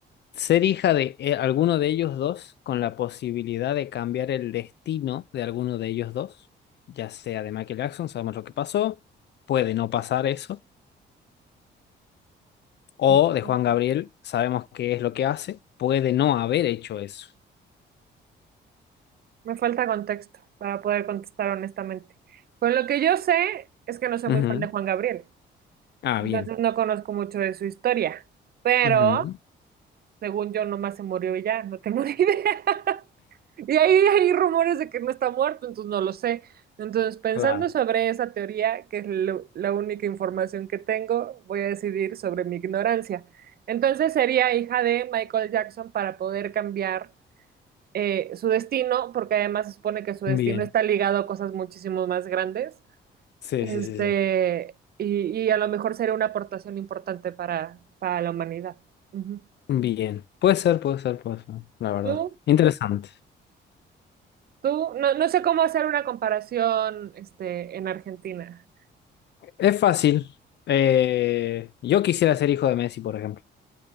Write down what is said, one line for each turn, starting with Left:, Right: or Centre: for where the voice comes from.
Left: Ser hija de eh, alguno de ellos dos con la posibilidad de cambiar el destino de alguno de ellos dos, ya sea de Michael Jackson, sabemos lo que pasó, puede no pasar eso, o
Right: Ujú.
Left: de Juan Gabriel, sabemos qué es lo que hace, puede no haber hecho eso.
Right: Me falta contexto para poder contestar honestamente. Pues lo que yo sé es que no soy
Left: Ujú.
Right: muy fan de Juan Gabriel,
Left: Ah,
Right: entonces
Left: bien.
Right: no conozco mucho de su historia, pero
Left: Ujú.
Right: según yo nomás se murió y ya, no tengo ni idea. <laughs> Y ahí hay rumores de que no está muerto, entonces no lo sé. Entonces, pensando
Left: Claro.
Right: sobre esa teoría, que es lo- la única información que tengo, voy a decidir sobre mi ignorancia. Entonces sería hija de Michael Jackson para poder cambiar eh, su destino, porque además se supone que su destino
Left: Bien.
Right: está ligado a cosas muchísimo más grandes,
Left: Sí,
Right: este,
Left: sí, sí, sí.
Right: y, y a lo mejor sería una aportación importante para, para la humanidad. Ujú.
Left: Bien. Puede ser, puede ser, puede ser, la verdad.
Right: Tú,
Left: Interesante.
Right: tú, no, no sé cómo hacer una comparación, este, en Argentina.
Left: Es fácil. Eh, yo quisiera ser hijo de Messi, por ejemplo.